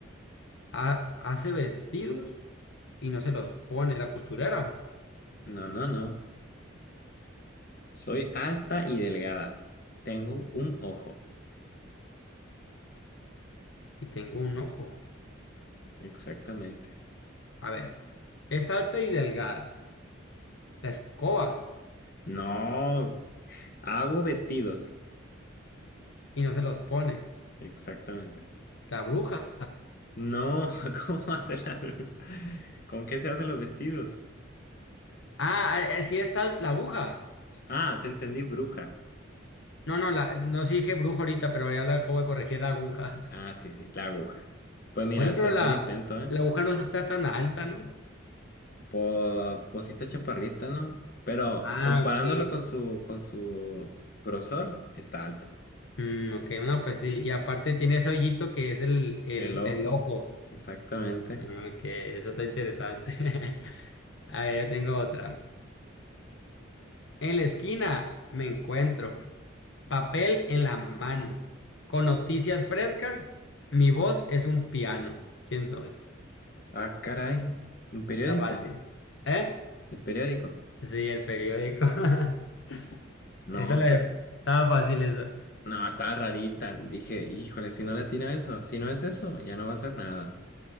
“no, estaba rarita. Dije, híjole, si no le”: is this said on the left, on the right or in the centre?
Left